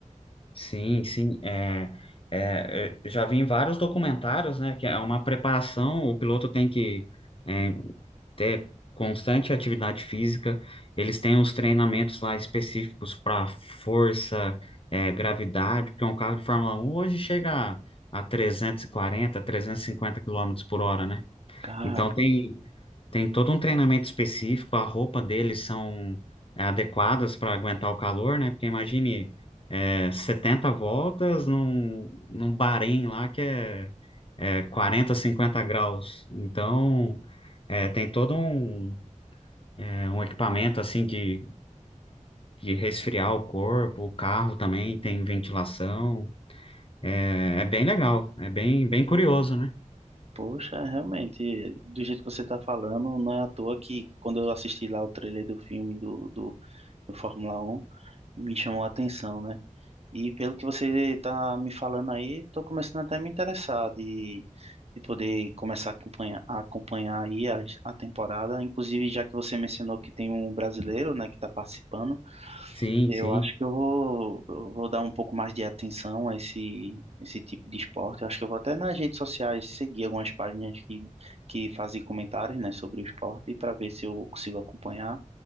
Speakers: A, on the left; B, on the right.
A: Sim, sim, é, é, eu já vi em vários documentários, né, que é uma preparação, o piloto tem que é, ter constante atividade física, eles têm uns treinamentos lá específicos para força, é, gravidade, porque um carro de Fórmula um hoje chega a, a 340, 350 quilômetros por hora, né?
B: Cara,
A: Então tem tem todo um treinamento específico, a roupa deles são é, adequadas para aguentar o calor, né? Porque imagine é, 70 voltas num, num Bahrein lá que é, é 40, 50 graus. Então é, tem todo um, é, um equipamento assim de, de resfriar o corpo, o carro também tem ventilação. É, é bem legal, é bem, bem curioso, né?
B: Poxa, realmente, do jeito que você está falando, não é à toa que quando eu assisti lá o trailer do filme do, do, do Fórmula Um, me chamou a atenção, né? E pelo que você está me falando aí, estou começando até a me interessar de, de poder começar a acompanhar, a acompanhar aí a, a temporada. Inclusive, já que você mencionou que tem um brasileiro, né, que está participando,
A: Sim,
B: eu
A: sim,
B: acho que eu vou, eu vou dar um pouco mais de atenção a esse, esse tipo de esporte. Eu acho que eu vou até nas redes sociais seguir algumas páginas que, que fazem comentários, né, sobre o esporte para ver se eu consigo acompanhar